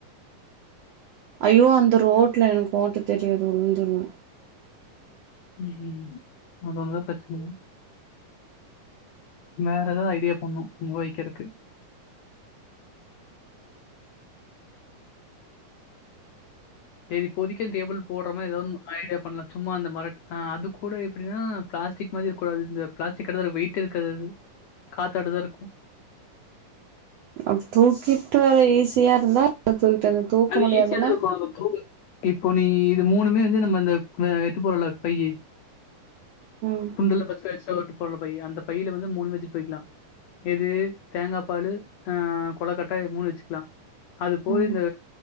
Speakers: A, on the right; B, on the left.
A: ஐயோ அந்த ரோட்ல எனக்கு ஓட்ட தெரியாது விழுந்துருவ
B: ம் ம் அது ஒண்ணுதா பிரச்சனையே வேற எதாவது ஐடியா பண்ணும் அங்க வைக்கிறக்கு சரி இப்போதைக்கி அந்த டேபிள் போடுற மாரி எதா ஒண்ணு ஐடியா பண்ணலா சும்மா அந்த மர ஆ அது கூட எப்பிடின்னா பிளாஸ்டிக் மாரி இருக்க கூடாது இந்த பிளாஸ்டிக் கடுறத வெயிட் இருக்காது அது காத்தாடுதா இருக்கு
A: அப்ப தூக்கிட்டு வற ஈஸியா இருந்தா தூக்கிட்டு வந்த தூக்க
B: அது
A: முடியாதுன்னா
B: ஈஸியா தான் இருக்கும். அது இப்போ நீ இது மூணுமே வந்து நம்ம அந்த ப எட்டு போறோம் இல்ல பையி
A: ம்
B: துண்டுல ஃபர்ஸ்ட் எக்ஸ்ட்ரா ஓட்டி போறோல்ல பையி அந்த பையில வந்து மூணுமே வச்சிட்டு போயிக்கலா எது தேங்கா பாலு ஆ கொளக்கட்ட மூணு வச்சிக்கலா அது போய்
A: ம்
B: இந்த